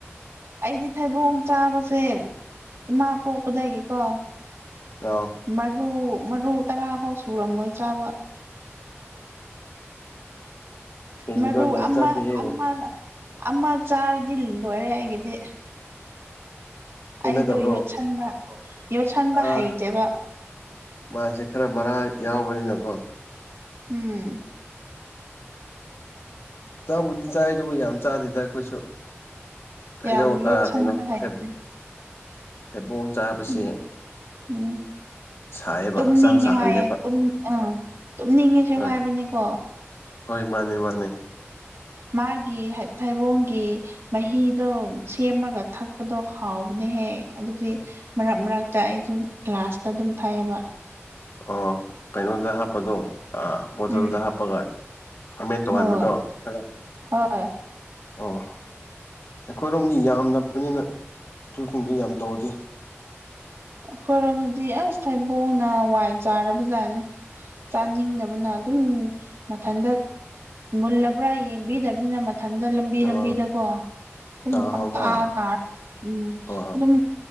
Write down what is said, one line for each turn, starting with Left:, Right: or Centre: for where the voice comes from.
Right: ꯑꯩꯗꯤ ꯊꯩꯕꯣꯡ ꯆꯥꯕꯁꯦ ꯏꯃꯥ ꯄꯣꯛꯄꯗꯒꯤꯀꯣ
Left: <unintelligible>
Right: ꯃꯔꯨ ꯃꯔꯨ ꯇꯔꯥ ꯐꯥꯎ ꯁꯨꯔꯝꯃꯣꯏ ꯆꯥꯕ
Left: ꯀꯩꯒꯤꯅꯣ
Right: ꯃꯔꯨ
Left: ꯌꯥꯝ
Right: ꯑꯃ
Left: ꯆꯥꯗꯦꯍꯦ
Right: ꯑꯃ ꯑꯃ ꯆꯥꯔꯗꯤ ꯂꯣꯏꯔꯦ ꯑꯩꯒꯤꯗꯤ
Left: ꯍꯩꯅꯗꯕ꯭ꯔꯣ
Right: ꯑꯩꯗꯣ ꯌꯣꯠꯁꯟꯕ ꯌꯣꯠꯁꯟꯕ
Left: ꯑꯥ
Right: ꯍꯩꯇꯦꯕ
Left: ꯃꯥꯁꯦ ꯈꯔ ꯃꯅꯥ ꯌꯥꯎꯕꯅꯤꯅꯀꯣ
Right: ꯎꯝ
Left: ꯆꯕꯨꯗꯤ ꯆꯥꯏ ꯑꯗꯨꯕꯨ ꯌꯥꯝ ꯆꯥꯗꯦꯗ ꯑꯈꯣꯏꯁꯨ
Right: ꯌꯥꯝ
Left: ꯍꯩꯅꯧ
Right: ꯌꯣꯠꯁꯟꯕ
Left: ꯑꯥ ꯀꯩꯅꯣ
Right: ꯍꯩꯇꯦ
Left: ꯊꯩꯕꯣꯡ ꯊꯩꯕꯣꯡ ꯆꯥꯕꯁꯦ
Right: ꯎꯝ ꯎꯝ
Left: ꯁꯥꯏꯌꯦꯕ
Right: ꯇꯨꯝꯅꯤꯡꯉꯦ
Left: ꯍꯛꯆꯥꯡ ꯁꯥꯍꯜꯂꯦꯕ
Right: ꯍꯥꯏꯌꯦ ꯇꯨꯝ ꯑꯥ ꯇꯨꯝꯅꯤꯡꯉꯦꯁꯨ
Left: ꯍꯣꯏ
Right: ꯍꯥꯏꯕꯅꯦꯀꯣ
Left: ꯍꯣꯏ ꯃꯥꯅꯦ ꯃꯥꯅꯦ
Right: ꯃꯥꯒꯤ ꯊꯩꯕꯣꯡꯒꯤ ꯃꯍꯤꯗꯣ ꯁꯦꯝꯔꯒ ꯊꯛꯄꯗꯣ ꯍꯥꯎꯕꯅꯦꯍꯦ ꯑꯗꯨꯗꯤ ꯃꯔꯛ ꯃꯔꯛꯇ ꯑꯩꯁꯨ ꯀ꯭ꯂꯥꯁꯇ ꯑꯗꯨꯝ ꯊꯛꯑꯦꯕ
Left: ꯑꯣ ꯀꯩꯅꯣꯗ ꯍꯥꯞꯄꯗꯣ ꯑꯥ ꯕꯣꯇꯜꯗ
Right: ꯎꯝ
Left: ꯍꯥꯞꯄꯒ ꯐꯥꯔꯃꯦꯟ ꯇꯧꯍꯟꯕꯗꯣ
Right: ꯍꯣꯏ
Left: ꯈꯔ
Right: ꯍꯣꯏ
Left: ꯑꯣ ꯑꯩꯈꯣꯏꯔꯣꯝꯗꯤ ꯌꯥꯝꯗꯕꯅꯤꯅ ꯑꯗꯨꯒꯨꯝꯕꯗꯣ ꯌꯥꯝ ꯇꯧꯗꯦ
Right: ꯑꯩꯈꯣꯏꯔꯣꯝꯗꯗꯤ ꯑꯁ ꯊꯩꯕꯣꯡꯅ ꯋꯥꯏ ꯆꯥꯏꯔꯕ ꯖꯥꯠꯅꯦ ꯆꯥꯅꯤꯡꯗꯕꯅ ꯑꯗꯨꯝ ꯃꯊꯟꯇ ꯃꯨꯜꯂꯕ꯭ꯔꯥ ꯌꯦꯡꯕꯤꯗꯕꯅꯤꯅ ꯏꯊꯟꯇ ꯂꯝꯕꯤ
Left: ꯑ
Right: ꯂꯝꯕꯤꯗꯀꯣ ꯑꯗꯨꯨꯝ
Left: ꯇꯥꯍꯥꯎꯕ
Right: ꯄꯪꯇ ꯇꯥꯔ ꯎꯝ
Left: ꯑ
Right: ꯑꯗꯨꯝ